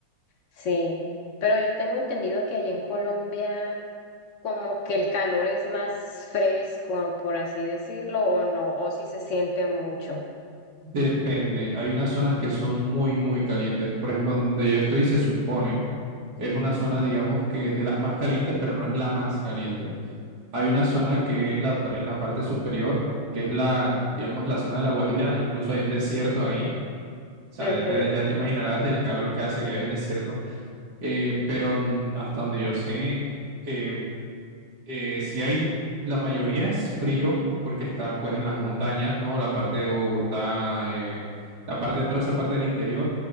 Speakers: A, on the left; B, on the right.
A: sí. Pero yo tengo entendido que allá en Colombia como que el calor es más fresco, por así decirlo, o no, o si se siente mucho.
B: Depende, hay unas zonas que son muy, muy calientes. Por ejemplo, donde yo estoy se supone, es una zona, digamos que de las más calientes, pero no es la más caliente. Hay una zona que es la, pa- en la parte superior, que es la, digamos, la zona de La Guajira, incluso hay un desierto ahí. O sea,
A: Ujú,
B: ya te, ya te imaginarás el calor que hace que hay un desierto. Eh, pero mm, hasta donde yo sé, eh, eh, sí hay, la mayoría es frío porque está pues en las montañas, ¿no? La parte de Bogotá, eh, la parte, toda esa parte del interior.